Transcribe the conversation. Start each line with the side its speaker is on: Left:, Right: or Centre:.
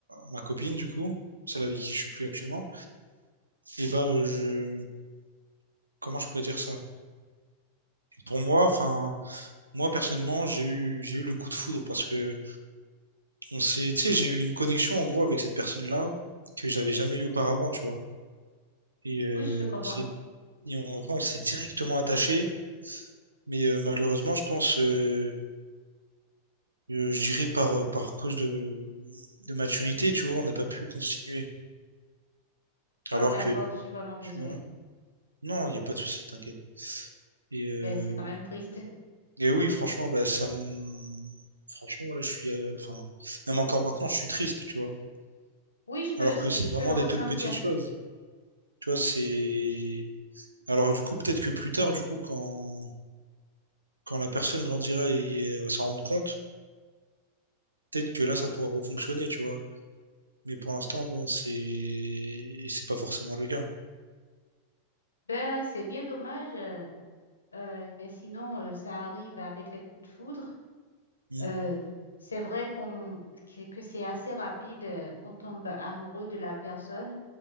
Right: ma copine, du coup, celle avec qui je suis plus actuellement, et ben, euh, je, comment je pourrais dire ça? Pour moi, enfin, moi personnellement, j'ai eu j'ai eu le coup de foudre parce que on s'est, tu sais, j'ai eu une connexion en gros avec cette personne-là que j'avais jamais eu auparavant, tu vois. Et euh,
Left: Oui, je te comprends.
Right: on s'est, et en vrai, on s'est directement attaché, mais euh, malheureusement, je pense, euh, euh, je dirais par par cause de de maturité, tu vois, on n'a pas pu continuer. Alors
Left: Oh, d'accord,
Right: que,
Left: je suis vraiment désolée.
Right: tu vois, non, il n'y a pas de souci, t'inquiète. Et, euh,
Left: Mais c'est quand même triste.
Right: et oui, franchement, bah, ça me... Franchement, voilà, je suis... euh, Enfin, même encore maintenant, je suis triste, tu vois.
Left: Oui, je peux,
Right: Alors
Left: je
Right: que c'est vraiment
Left: peux le
Right: des
Left: ressentir.
Right: toutes petites choses. Tu vois, c'est... Alors du coup, peut-être que plus tard, du coup, quand, quand la personne grandira et euh, va s'en rendre compte, peut-être que là, ça pourra refonctionner, tu vois. Mais pour l'instant, bon, c'est... C'est pas forcément le cas.
Left: Ben, c'est bien dommage, euh, euh, mais sinon, euh, ça arrive avec les coups de foudre.
Right: Mhm.
Left: Euh, c'est vrai qu'on, que, que c'est assez rapide, euh, on tombe amoureux de la personne,